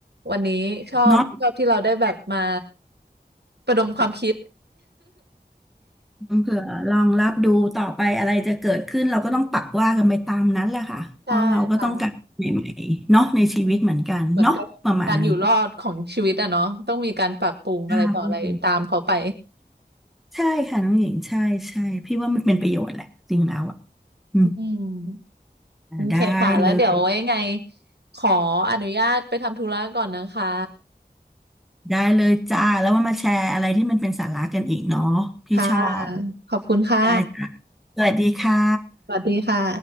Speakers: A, on the right; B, in the centre.
A: วันนี้ชอบชอบที่เราได้แบบมา
B: นาะ
A: ประดมความคิด
B: เผื่อลองรับดูต่อไปอะไรจะเกิดขึ้นเราก็ต้องปักว่ากันไปตามนั้นแหละค่ะเพราะเราก็ต้องการใหม่ๆเนาะในชีวิตเหมือนกันเนาะประมาณนี้
A: <laughs> ใช่ค่ะ อืมเหมือนกับการอยู่รอดของชีวิตอะเนาะต้องมีการปรับปรุงอะไรต่ออะไรตามเขาไป
B: ใช่ใช่ค่ะน้องหญิงใช่ใช่พี่ว่ามันเป็นประโยชน์แหละจริงแล้วอ่ะอืม
A: อืมโอเคค่ะแล้วเดี๋ยวไว้ยังไง
B: ได้เลย
A: ขออนุญาตไปทำธุระก่อนนะคะ
B: ได้เลยจ้าแล้วว่ามาแชร์อะไรที่มันเป็นสาระกันอีกเนาะพี่ชอบ
A: ค่ะขอบคุณค่ะ
B: ได้จ้ะสวัสดีค่ะ
A: สวัสดีค่ะ